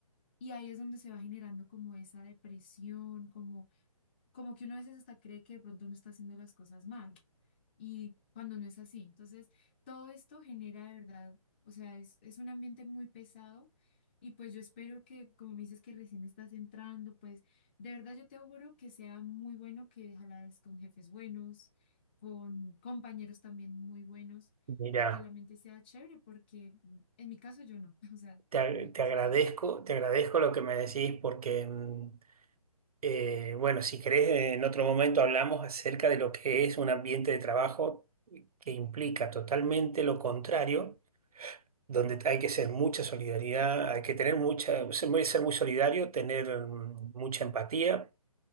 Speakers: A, on the left (about 15°); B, on the right (about 80°).
A: y ahí es donde se va generando como esa depresión, como como que uno a veces hasta cree que de pronto uno está haciendo las cosas mal y cuando no es así. Entonces, todo esto genera de verdad, o sea, es, es un ambiente muy pesado y pues yo espero que, como me dices que recién estás entrando, pues de verdad yo te auguro que sea muy bueno, que ojalá es con jefes buenos, con compañeros también muy buenos
B: Mira,
A: y que la mente sea chévere, porque mm, en mi caso yo no, <laughs> o sea, en
B: te, ag-
A: mi caso
B: te agradezco,
A: tenaz.
B: te agradezco lo que me decís porque, mm, eh, bueno, si querés, eh, en otro momento hablamos acerca de lo que es un ambiente de trabajo que implica totalmente lo contrario, donde
A: Sí.
B: hay que ser mucha solidaridad, hay que tener mucha, ser muy ser muy solidario, tener mm, mucha empatía,